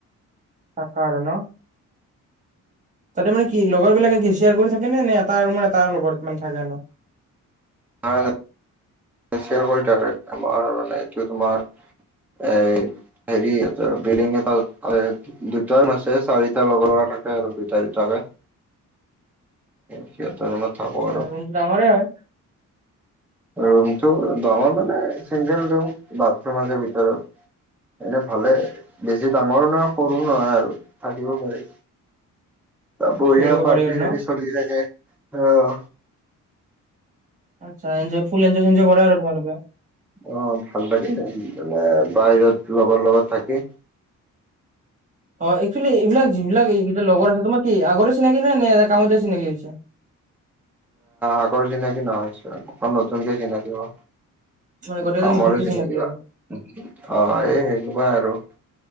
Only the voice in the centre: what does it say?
হয়। শ্বেয়াৰ কৰি থাকে, আমাৰ মানে এইটো তোমাৰ এই হেৰি বি বিল্ডিং এটা দুটা ৰোম আছে, চাৰিটাৰ লগৰ থাকে আৰু দুটা দুটাকে সিহতে ৰোমত থাকো
আৰু
ৰুম ত ডাঙৰ মানে চিংগল ৰুম, বাথৰুম আছে ভিতৰত। এনে ভালে, বেছি ডাঙৰো নহয় সৰু নহয় আৰু থাকিব পাৰি।
বঢ়িয়া
পাৰ্টি
চাৰ্টি
চলি থাকে আহ।
অ ভাল লাগে <inaudible> বাহিৰত লগৰ লগত থাকি।
আগৰ চিনাকি নহয় চ অ নতুনকে চিনাকি হোৱা।
কামৰো
অ
এই সেনেকুৱাই আৰু।